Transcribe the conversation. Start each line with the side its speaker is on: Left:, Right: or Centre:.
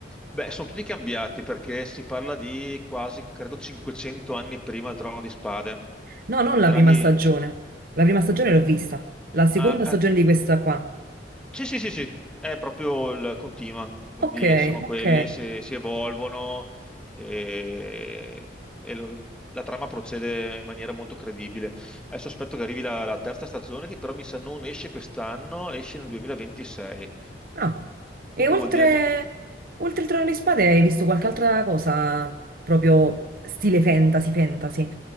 Centre: Beh, sono tutti cambiati perché si parla di quasi, credo, 500 anni prima del Trono di Spade.
Right: No, non
Centre: Quindi
Right: la
Centre: Draghi...
Right: prima stagione, la prima stagione l'ho vista, la seconda
Centre: Ah,
Right: stagione
Centre: eh,
Right: di questa qua.
Centre: Sì, sì, sì, sì, è proprio il continua, quindi
Right: Ok,
Centre: sono
Right: ok.
Centre: quelli, si, si evolvono e, e lo- la trama procede in maniera molto credibile. Adesso aspetto che arrivi la, la terza stagione, che però mi sa non esce quest'anno, esce nel 2026,
Right: Ah,
Centre: quindi
Right: e oltre,
Centre: vuol dire che...
Right: oltre il Trono di Spade hai visto qualche altra cosa proprio stile fantasy, fantasy,